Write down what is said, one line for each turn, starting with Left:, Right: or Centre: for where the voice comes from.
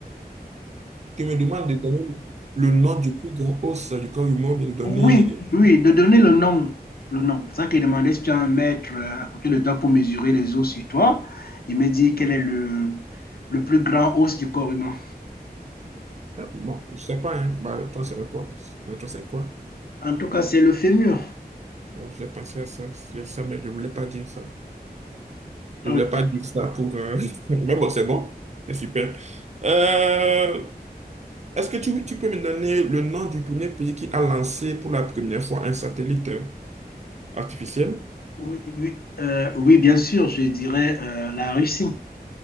Right: Tu me demandes de donner le nom du plus grand os du corps humain, mais de donner.
Left: Oui, oui, de donner le nom. Le nom. C'est ça qu'il demandait si tu as un mètre euh, à côté de toi pour mesurer les os sur toi. Il me dit quel est le, le plus grand os du corps humain.
Right: Ah, Bon, je sais pas, hein. Bah, toi, c'est quoi? Bah, Toi, c'est quoi?
Left: En tout cas, c'est le fémur.
Right: Bon, j'ai pensé à ça, c'est ça, mais je voulais pas dire ça.
Left: Ok.
Right: Je voulais pas dire ça pour. euh, <laughs> Mais bon, c'est bon. C'est super. Euh, Est-ce que tu, tu peux me donner le nom du premier pays qui a lancé pour la première fois un satellite euh, artificiel?
Left: Oui, oui, euh, oui, bien sûr, je dirais euh, la Russie.